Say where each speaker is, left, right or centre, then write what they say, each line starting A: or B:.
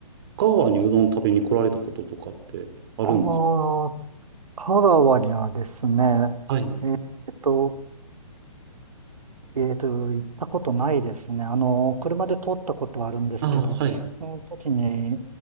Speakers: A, on the right; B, on the right.
A: 香川にうどん食べに来られたこととかってあるんですか
B: ああ、香川にはですね、
A: はい。
B: えっと、えっと、行ったことないですね。あの、車で通ったことはあるんですけど、
A: あ、はい。
B: その時に